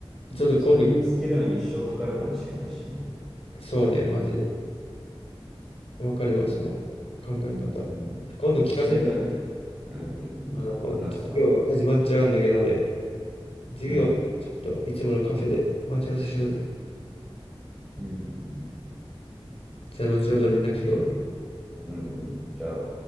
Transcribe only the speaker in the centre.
それ見つけるのに一生かかるかもしれないしね。
うん。
うんそれがじ、うんうんうん。
話すわ。
うん。
うんうんうん。
OK うんうん。じゃあ、